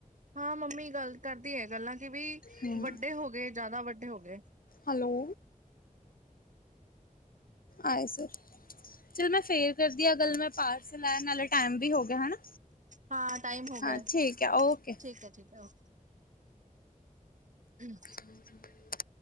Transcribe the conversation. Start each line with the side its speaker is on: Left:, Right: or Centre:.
Right: ਹਾਂ ਮੰਮੀ ਗੱਲ ਕਰਦੀ ਏ ਗੱਲਾਂ ਕਿ ਬਇ
Left: ਹੂੰ
Right: ਵੱਡੇ ਹੋ ਗਏ ਜ਼ਿਆਦਾ ਵੱਡੇ ਹੋ ਗਏ।
Left: ਹਾਲੌ। ਆਏ ਸਰ। ਚੱਲ ਮੈਂ ਫੇਰ ਕਰਦੀ ਆ ਗੱਲ ਮੈਂ ਪਾਰਸਲ ਲੇਨ ਅਲੇ ਟੇਮ ਵੀ ਹੋ ਗਿਆ ਹਨਾ।
Right: ਹਾਂ ਟਾਈਮ ਹੋ ਗਿਆ
Left: ਹਾਂ ਠੀਕ ਆ ਓਕੇ
Right: ਠੀਕ ਹੈ ਜੀ ਜਾਅੋ। <inaudible>
Left: ਹ <inaudible>